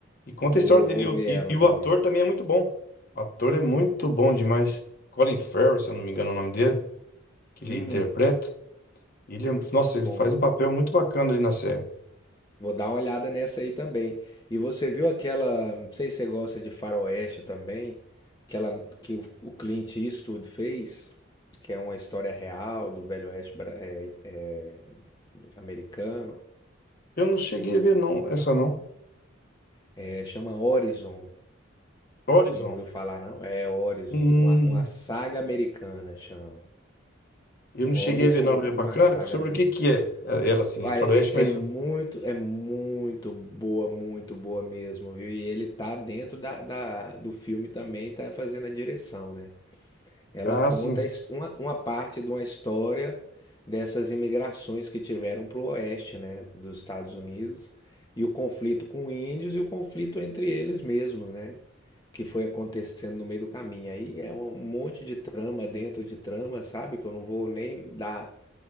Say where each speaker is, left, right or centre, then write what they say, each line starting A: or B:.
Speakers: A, on the left; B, on the left.
A: E conta
B: Boa,
A: a história dele.
B: vou
A: E,
B: ver
A: o-
B: ela
A: e, e o
B: também.
A: ator também é muito bom. O ator é muito bom demais. Colin Farrell, se eu não me engano é o nome dele que ele
B: Hum,
A: interpreta. Ele, é um- nossa, ele
B: pô,
A: faz um papel muito bacana ali na série.
B: vou dar uma olhada nessa aí também. E você viu aquela, não sei se você gosta de faroeste também, aquela que o o Clint Eastwood fez, que é uma história real do Velho Oeste bra- é, é, americano.
A: Eu não cheguei a ver não, essa não.
B: É, chama Horizon.
A: Horizon.
B: Você não ouviu falar, não? É Horizon,
A: Hum,
B: uma, uma saga americana chama.
A: eu não
B: Horizon:
A: cheguei a ver não, é
B: Uma
A: bacana.
B: Saga
A: Sobre
B: Americana.
A: o que que é? Ah,
B: Hum.
A: Ela assim,
B: Vai,
A: é faroeste,
B: é
A: mas
B: é muito é muito boa, muito boa mesmo, viu. E ele tá dentro da da do filme também, tá fazendo a direção, né. Ela
A: ah,
B: conta
A: sim.
B: a his uma uma parte de uma história dessas imigrações que tiveram para o oeste, né, dos Estados Unidos, e o conflito com índios e o conflito entre eles mesmos, né, que foi acontecendo no meio do caminho. Aí é um monte de trama dentro de trama, sabe, que eu não vou nem dar